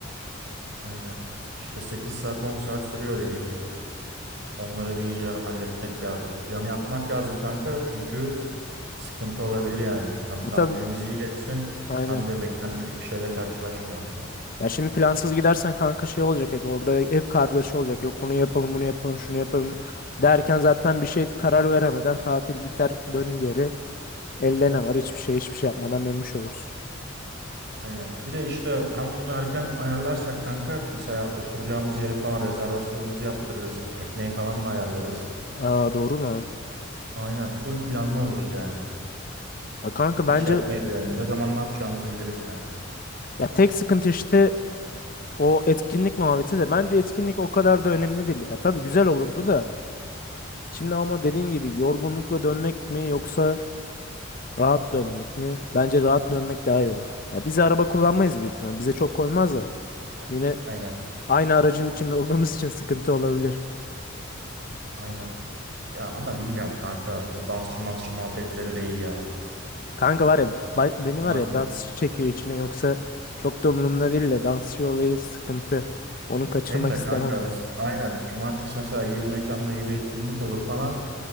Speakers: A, on the right; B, on the left.
A: Aynen. İşte 8 saat 10 saat sürüyor dediğin gibi. Onları bir iyice halletmek lazım. Planı yapmak lazım kanka çünkü sıkıntı olabilir yani. Hem tatilimiz
B: E tabii
A: iyi geçsin
B: aynen.
A: hem de beklenmedik bir şeyle karşılaşmayalım sonra.
B: Ya şimdi plansız gidersen kanka şey olacak hep orada hep kargaşa olacak. Yok onu yapalım bunu yapalım şunu yapalım derken zaten bir şey karar veremeden tatil biter dön geri. Elde ne var hiçbir şey hiçbir şey yapmadan dönmüş olursun.
A: Aynen. Bir de işte hem bunu erken ayarlarsak kanka mesela oturacağımız yeri falan rezervasyonumuzu yaptırırız. Tekneyi falan da ayarlarız.
B: Aa doğru lan.
A: Aynen. Full planlı oluruz yani.
B: Ya kanka
A: Hiç
B: bence
A: şey yapmayız yani. Ne zaman ne yapacağımızı biliriz kanka.
B: ya tek sıkıntı işte o etkinlik muhabbeti de bence etkinlik o kadar da önemli değil. Ya tabii güzel olurdu da Şimdi ama dediğin gibi yorgunlukla dönmek mi yoksa rahat dönmek mi? Bence rahat dönmek daha iyi olur. Ya biz araba kullanmayız büyük ihtimal. Bize çok koymaz da. Yine
A: Aynen.
B: aynı aracın içinde olduğumuz için sıkıntı olabilir.
A: Aynen. Ya ama bilmiyorum kanka. O dansçı mansçı muhabbetleri de iyi ya.
B: Kanka var ya ba- beni
A: Cumartesi.
B: var ya dans çekiyor içine yoksa çok da umurumda değil de dansçı olayı sıkıntı. Onu kaçırmak
A: Ben de
B: istemem
A: kanka
B: ya.
A: mes- aynen. Cumartesi mesela iyi bir mekanda iyi bir etkinlik olur falan.